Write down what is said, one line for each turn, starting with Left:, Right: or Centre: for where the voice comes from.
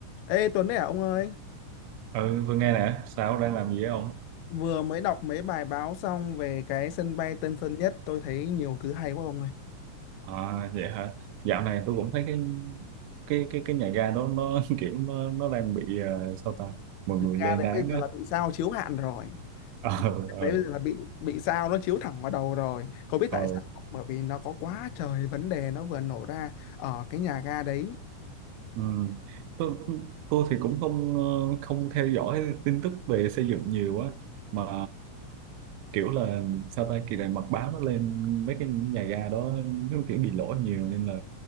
Left: Ê Tuấn đấy à ông ơi,
Right: Ừ, tôi nghe nè, sao đang làm gì ấy ông?
Left: vừa mới đọc mấy bài báo xong về cái sân bay Tân Sơn Nhất, tôi thấy nhiều thứ hay quá ông ơi.
Right: À, vậy hả? Dạo này tôi cũng thấy cái cái cái cái nhà ga đó nó <laughs> kiểu nó nó đang bị ờ, sao ta? Mọi người
Left: Ga
Right: lên
Left: đấy
Right: đáng
Left: bây giờ
Right: á.
Left: là bị sao chiếu hạn rồi.
Right: <laughs> Ờ
Left: Đấy
Right: ờ
Left: bây giờ là bị bị sao nó chiếu thẳng vào đầu rồi. Có biết
Right: ờ.
Left: tại sao không? Bởi vì nó có quá trời vấn đề nó vừa nổ ra ở cái nhà ga đấy.
Right: Ừ. Tôi tôi thì cũng không ờ, không theo dõi tin tức về xây dựng nhiều á mà kiểu là sao ta kỳ này mật báo nó lên mấy cái nhà ga đó nó kiểu bị lỗi nhiều nên là